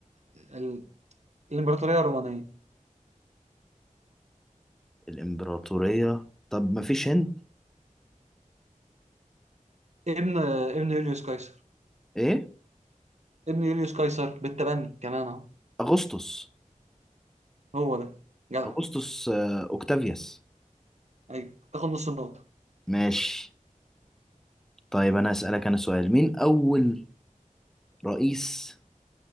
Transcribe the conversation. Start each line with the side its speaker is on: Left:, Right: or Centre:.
Right: ال... الامبراطوريه الرومانيه
Centre: الإمبراطورية طب ما فيش هند
Right: ابن ابن يوليوس قيصر
Centre: إيه
Right: ابن يوليوس قيصر بالتبني كمان اهو
Centre: أغسطس
Right: هو ده جدع
Centre: أغسطس آه، أوكتافيوس
Right: ايوه تاخد نص النقطه
Centre: ماشي طيب أنا أسألك أنا سؤال مين أول رئيس